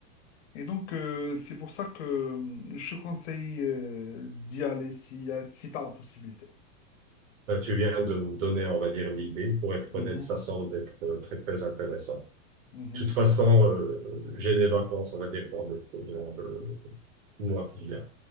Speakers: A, on the left; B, on the right.
A: Et donc, euh, c'est pour ça que euh, je te conseille euh, d'y aller si, euh, si tu as la possibilité.
B: Ben, tu viens de nous donner, on va dire, l'idée. Pour être
A: Mhm,
B: honnête, ça semble être euh, très, très intéressant.
A: mhm,
B: De toute façon, euh, j'ai des vacances, on va dire, dans le, dans le mois qui vient.